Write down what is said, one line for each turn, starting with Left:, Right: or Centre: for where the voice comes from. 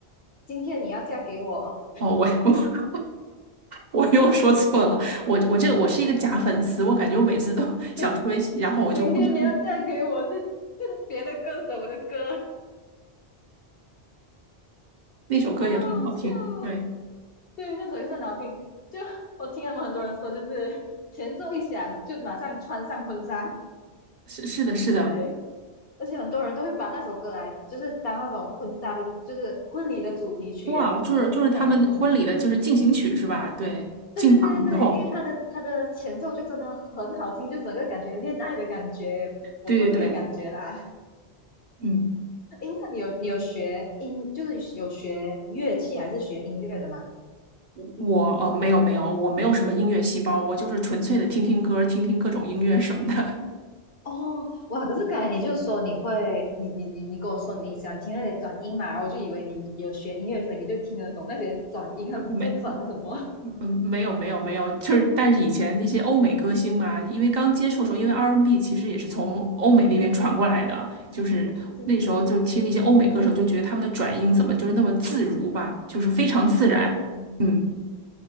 Left: 今天你要嫁给我，
Right: 哦，我 <laughs> 我我又说错了，我我这个我是一个假粉丝，我感觉我每次都想说一些，
Left: 明
Right: 然后我就不知不
Left: 明天你要嫁给我是是别的歌手的歌，好
Right: 那首歌也很好听。
Left: 好笑哦。
Right: 对，
Left: 对，那首也是很好听。就 <laughs> 我听他们很多人说，就是 <laughs> 前奏一响就马上穿上婚纱。
Right: 是是的，
Left: <laughs>
Right: 是的，
Left: 对，而且很多人都会把那首歌来，就是当那种婚纱的，就是婚礼的主题曲。
Right: 哇，
Left: 哎，
Right: 就是就是他们婚礼的就是进行曲是吧？
Left: 不懂不懂
Right: 对，
Left: 对对对对对，
Right: 进场之后，
Left: 因为它的它的前奏就真的很好听，就整个感觉恋爱的感觉。我我自己感觉啦。
Right: 对对对，嗯，
Left: 诶，那你有你有学音，就是有学乐器还是学音乐的吗？
Right: 我我呃没有没有，我没有什么音乐细胞，我就是纯粹的听听歌，听听各种音乐什么的。
Left: 哦，哇！可是刚才你就说你会，你你你你跟我说你想听那些转音嘛，然后我就以为你有学音乐，所以你就听得懂那些转音啊，
Right: 嗯没，
Left: 他们在转什么。
Right: 嗯嗯没有没有没有，就是但是以前那些欧美歌星嘛，因为刚接触的时候，因为 R&B N 其实也是从欧美那边传过来的，
Left: 啊，
Right: 就是那时候就听那些欧美歌手，
Left: 对对对，
Right: 就觉得他们的转音怎么就是那么自如吧，就是非常自然。
Left: 嗯，
Right: 嗯